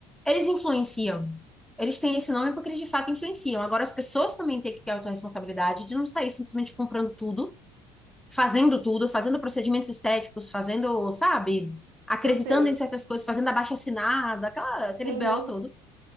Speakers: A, in the centre; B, on the right (about 75°).
A: Eles influenciam. Eles têm esse nome porque eles de fato influenciam. Agora, as pessoas também têm que ter a autorresponsabilidade de não sair simplesmente comprando tudo, fazendo tudo, fazendo procedimentos estéticos, fazendo, sabe? Acreditando
B: Eu sei.
A: em certas coisas, fazendo abaixo-assinado, aquela, aquele
B: Uhum.
A: BO todo.